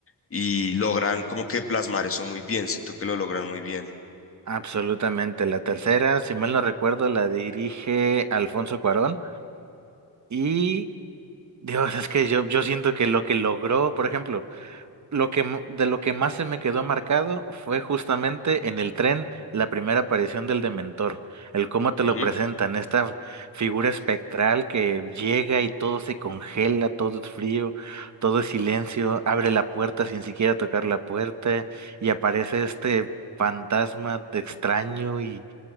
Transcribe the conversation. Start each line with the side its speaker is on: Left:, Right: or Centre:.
Left: y logran como que plasmar eso muy bien, siento que lo logran muy bien.
Right: Absolutamente. La tercera, si mal no recuerdo, la dirige Alfonso Cuarón y Dios, es que yo, yo siento que lo que logró, por ejemplo, Lo que, m- de lo que más se me quedó marcado fue justamente en el tren la primera aparición del Dementor, el cómo te lo
Left: Ujú.
Right: presentan, esta figura espectral que llega y todo se congela, todo es frío, todo es silencio, abre la puerta sin siquiera tocar la puerta y aparece este fantasma de extraño y